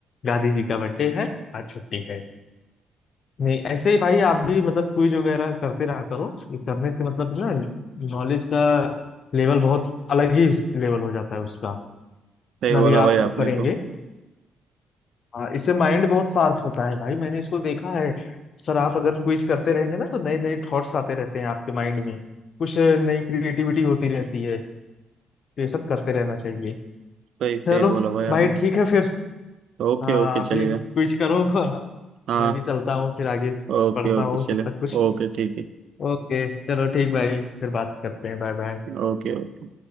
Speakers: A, on the left; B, on the right.
A: गांधी जी का बर्थडे है आज छुट्टी है नहीं ऐसे ही भाई आप भी मतलब क्विज वगैरह करते रहा करो ये करने से मतलब ना नॉलेज का लेवल बहुत अलग ही लेवल हो जाता है उसका इतना
B: सही बोला
A: भी
B: भाई
A: आप
B: आपने
A: करेंगे
B: तो
A: हाँ, इससे माइंड बहुत शार्प होता है भाई मैंने इसको देखा है सर आप अगर क्विज करते रहेंगे ना तो नए नए थॉट्स आते रहते हैं आपके माइंड में कुछ नई क्रिएटिविटी होती रहती है तो ये सब करते रहना चाहिए
B: सही सही
A: चलो
B: बोला भाई आपने
A: भाई ठीक है फिर
B: ओके
A: हाँ
B: ओके
A: आप
B: चलेगा
A: भी क्विज करो <laughs>
B: हाँ
A: मैं भी चलता हूँ फिर आगे
B: ओके
A: पढ़ता
B: ओके
A: हूँ
B: चले
A: तब तक कुछ
B: ओके ठीक है
A: ओके चलो ठीक भाई फिर बात करते हैं Bye bye
B: Okay okay